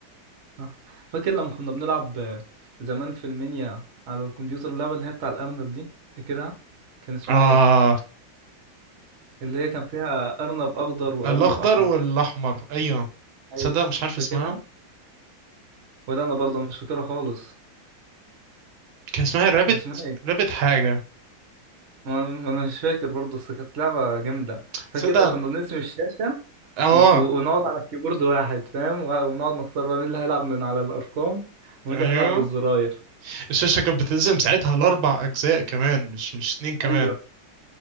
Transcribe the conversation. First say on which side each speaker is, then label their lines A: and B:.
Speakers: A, on the right (about 50°); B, on the right (about 80°).
A: صح. فاكر لما كنا بنلعب آه، زمان في المنيا على الكمبيوتر اللعبة اللي هي بتاع الأرنب دي فاكرها كان اسمها
B: اه
A: إيه؟ اللي هي كان فيها أرنب أخضر وأرنب
B: الاخضر
A: أحمر
B: والاحمر ايوه
A: ايوه
B: تصدق مش عارف
A: فاكرها؟
B: اسمها
A: ولا أنا برضه مش فاكرها خالص
B: كان اسمها رابت
A: كان اسمها إيه؟
B: رابت حاجه
A: ما ما أنا مش فاكر برضه بس كانت لعبة جامدة فاكر
B: تصدق
A: كنا بنقسم الشاشة
B: اه
A: و- ونقعد على الكيبورد واحد فاهم وع- ونقعد نختار بقى مين اللي هيلعب من على الأرقام ومين
B: ايوه
A: اللي هيلعب بالزراير
B: الشاشه كانت بتقسم ساعتها لاربع اجزاء كمان مش مش اتنين كمان
A: ايوه